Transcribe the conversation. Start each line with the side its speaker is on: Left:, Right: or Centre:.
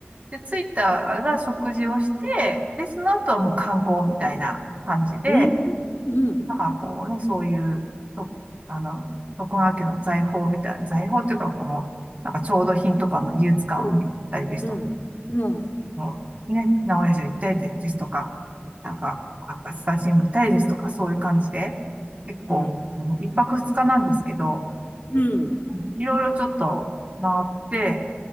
Right: で、着いたら食事をして、で、その後はもう観光みたいな感じで、
Left: うん、
Right: なんかこうね、そういう、と、あの、徳川家の財宝みたいな、財宝っていうか、この、なんか調度品とかの美術館を見たりですとか、
Left: うん、うん、うん、うん、
Right: もうね、名古屋城行ったりですとか、なんか、赤スタジム行ったりですとか、そういう感じで、結構、
Left: うん、
Right: あの一泊二日なんですけど、
Left: うん、
Right: うんいろいろちょっと回って、